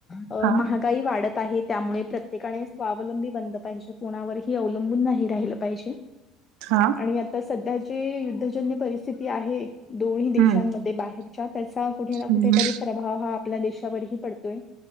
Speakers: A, on the left; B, on the right.
A: अ महांत
B: हा
A: महागांई वाढतं आहे त्यामुळें प्रत्येकांने स्वावलंबी बंनल पाहिजे कोणावरही अवलंबून नाहीं राहिलं पाहिजे?
B: हां
A: आणि आतां संध्या जे युद्धजन्य परिस्थिती आहे. दोन्हीं देशांमध्ये
B: हम्म
A: बाहेरच्यां त्यांचा कुठे ना
B: हम्म
A: कुठेतरी प्रभाव हां आपल्यां देशांवरही पडतोय